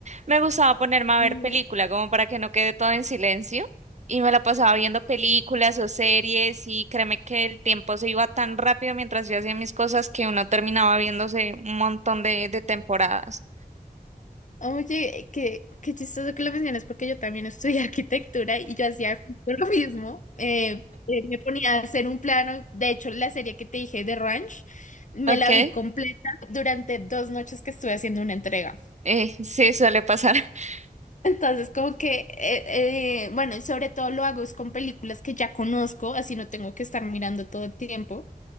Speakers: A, on the right; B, on the left.
A: me gustaba ponerme a
B: Ujú.
A: ver película, como para que no quede todo en silencio. Y me la pasaba viendo películas o series y créeme que el tiempo se iba tan rápido mientras yo hacía mis cosas que uno terminaba viéndose un montón de, de temporadas.
B: Oye, qué, qué chistoso que lo mencionas porque yo también estudié <laughs> arquitectura y yo hacía justo lo mismo. Eh, eh, me ponía a hacer un plano. De hecho, la serie que te dije de Ranch, me
A: Ok,
B: la vi completa durante dos noches que estuve haciendo una entrega.
A: eh, <laughs> sí, suele pasar. <laughs>
B: Entonces, como que, eh, eh, bueno, y sobre todo lo hago es con películas que ya conozco, así no tengo que estar mirando todo el tiempo.